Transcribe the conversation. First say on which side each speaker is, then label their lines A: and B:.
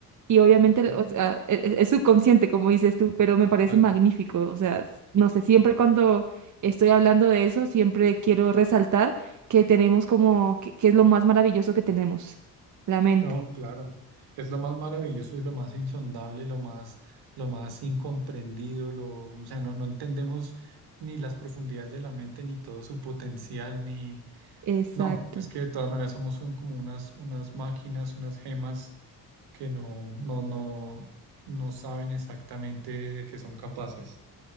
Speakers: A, on the right; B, on the right.
A: Y obviamente,
B: Ujú.
A: o sea, e- e- es, subconsciente, como dices tú, pero me parece
B: Claro.
A: magnífico. O sea, s- no sé, siempre cuando estoy hablando de eso, siempre quiero resaltar que tenemos como, que, que es lo más maravilloso que tenemos, la mente.
B: No, claro. Es lo más maravilloso y lo más insondable, lo más, lo más incomprendido, lo, o sea, no, no entendemos ni las profundidades de la mente, ni todo su potencial, ni...
A: Exacto,
B: No, es que de todas maneras somos un- como unas, unas máquinas, unas gemas que no, no, no, no saben exactamente de qué son capaces.